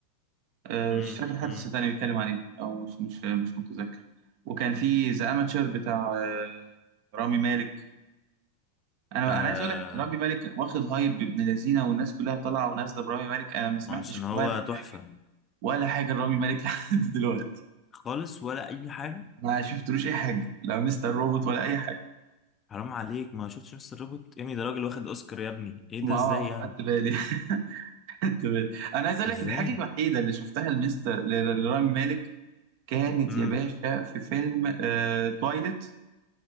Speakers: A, on the right; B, on the left.
A: آه،
B: امم
A: مش فاكر حد
B: امم
A: صدقني بيتكلم عليه او مش مش مش متذكر وكان في ذا اماتشر بتاع آه، رامي مالك انا
B: آه
A: انا عايز اقول لك رامي مالك واخد هايب ابن لذينه والناس كلها طالعه ونازله برامي مالك انا ما سمعتش
B: ما عشان هو
A: ولا حاجه
B: تحفة
A: ولا حاجه لرامي مالك <laughs> لحد دلوقتي
B: خالص ولا اي حاجة
A: ما شفتلوش اي حاجه لا مستر روبوت ولا اي حاجه
B: حرام عليك ما شفتش مستر روبوت ايمي ده راجل واخد اوسكار يا ابني ايه ده
A: ما
B: ازاي
A: اه
B: يعني
A: خدت بالي <laughs> خدت بالي انا عايز اقول
B: ازاي
A: لك الحاجه الوحيده اللي شفتها لمستر ل- ل- لرامي مالك كانت
B: امم
A: يا باشا في فيلم آه، تويلت